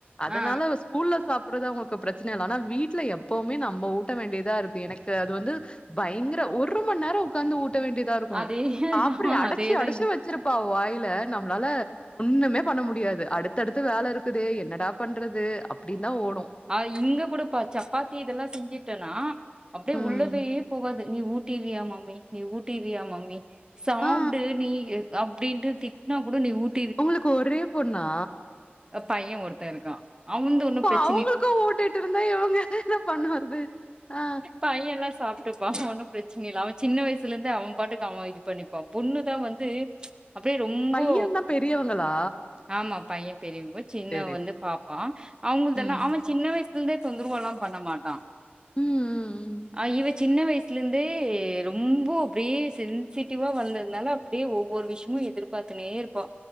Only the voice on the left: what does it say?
அதனால
ஸ் ஸ்கூல்ல சாப்பட்றது அவங்கக்கு பிரச்சன இல்ல ஆனா வீட்ல எப் போமே நம்ம ஊட்ட வேண்டியதா இருக்கு எனக்கு அது வந்து பயங்கர ஒரு மண் நேரோ உக்காந்து ஊட்ட வேண்டி தா இருக்கு
சாப்பிரி
அடச்சி
அடச்சி
வச்சிருப்பா அவ வாயில நம்ளால ஒண்ணுமே பண்ண முடியாது அடுத்தடுத்து வேல இருக்குதே என்னடா பண்றது அப்டின் தா ஓடு
ம்
ஆ
உங்ளுக்கு ஒரே பொண்ணா
இப்ப
அவங்களுக்கு ஊட்டிட்டு இருந்தா இவங்க என்ன பண்ணுவர்து அ
பையன் தா பெரியவங்களா
சேரி
சேரி
ம்
ம் ம் ம்